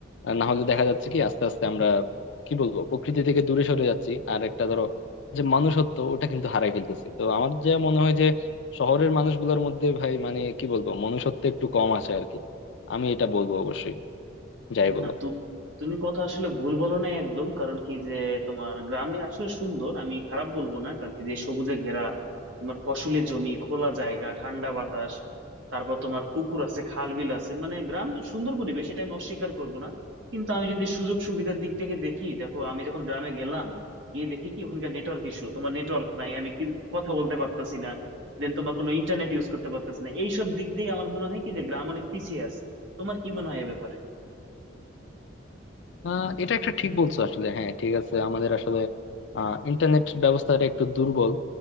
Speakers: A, on the left; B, on the right.
A: আহ, না হলে দেখা যাচ্ছে কি আস্তে আস্তে আমরা কি বলবো প্রকৃতি থেকে দূরে সরে যাচ্ছি আর একটা ধরো যে মানুষত্ব ওটা কিন্তু হারাই ফেলতেছি তো আমার যা মনে হয় শহরের মানুষগুলোর মধ্যে ভাই মানে কি বলবো মনুষ্যত্ব একটু কম আছে আর কি আমি এটা বলবো অবশ্যই যাই বলো
B: না তু- তুমি কথা আসলে ভুল বলো না একদম কারণ কি যে তোমার গ্রামে আসলে সুন্দর আমি খারাপ বলবো না কারণ কি যে সবুজে ঘেরা তোমার ফসলের জমি খোলা জায়গা ঠান্ডা বাতাস তারপর তোমার পুকুর আছে খাল বিল আছে মানে গ্রাম সুন্দর পরিবেশ এটা আমি অস্বীকার করবো না কিন্তু আমি যদি সুযোগ সুবিধার দিক থেকে দেখি দেখো আমি যখন গ্রামে গেলাম গিয়ে দেখি কি ওখানকার নেটওয়ার্ক ইস্যু তোমার নেটওয়ার্ক নাই আমি কি কথা বলতে পারতাছি না দেন তোমার কোনো ইন্টারনেট ইউজ করতে পারতাছি না এইসব দিক দিয়ে আমার মনে হয় কি যে গ্রাম অনেক পিছিয়ে আছে তোমার কি মনে হয় এ ব্যাপারে
A: আহ, এটা একটা ঠিক বলছো আসলে হ্যাঁ ঠিক আছে আমাদের আসলে ইন্টারনেট ব্যবস্থাটা একটু দুর্বল